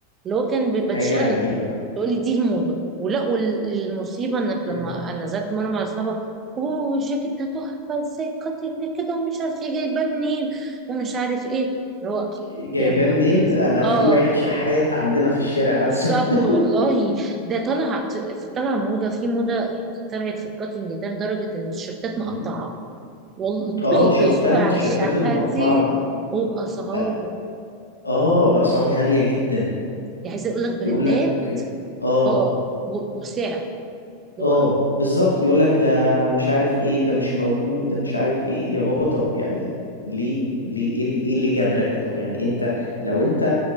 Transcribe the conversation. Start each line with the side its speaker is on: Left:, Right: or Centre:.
Right: اللي هو كان ب-
Left: حاجة
Right: بتشل
Left: عجيبة
Right: تقولي دي الموضة ولا والمصيبة انك
Left: أمم.
Right: لما أنا نزلت مرة مع اصحابها اوه الجاكيت ده تحفة ازاي كاتنج كده ومش عارف ايه جايباه منين ومش عارف ايه اللي هو
Left: جايباه
Right: يا نهار
Left: منين
Right: أز-
Left: انا
Right: اه
Left: في واحد شحات عندنا في الشارع لابسه
Right: بالظبط
Left: <laughs>
Right: والله ده طلع طلع موضة في موضة يعني طلعت في الكاتنج ده لدرجة ان التيشيرتات مقطعة
Left: أمم.
Right: والله
Left: اه شفتها
Right: <laughs> بشوفها
Left: التيشيرتات
Right: على الشحات
Left: المقطعة
Right: دي
Left: دي
Right: وبأسعار
Left: بقى- اه بأسعار غالية جدا
Right: يعني عايزة اقول لك براندات
Left: يقول لك اه
Right: اه و- وسعر اللي
Left: اه
Right: هو-
Left: بالظبط يقول لك ده مش عارف ايه ده مش موجود ده مش عارف ايه يا بابا طب يعني ليه ليه ايه اللي إيه اللي جبرك طب يعني انت لو انت